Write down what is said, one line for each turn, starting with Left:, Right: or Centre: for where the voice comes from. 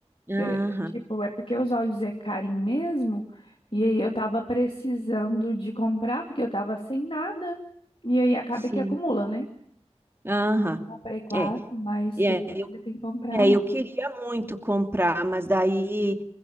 Right: Aham,
Left: É, tipo, é porque os óleos é carinho mesmo, e aí eu tava precisando de comprar, porque eu tava sem nada, e aí acaba
Right: sim.
Left: que acumula, né?
Right: Aham.
Left: Comprei quatro,
Right: É,
Left: mas
Right: e é,
Left: depois
Right: eu,
Left: ainda tem que comprar
Right: é,
Left: mais.
Right: eu queria muito comprar, mas daí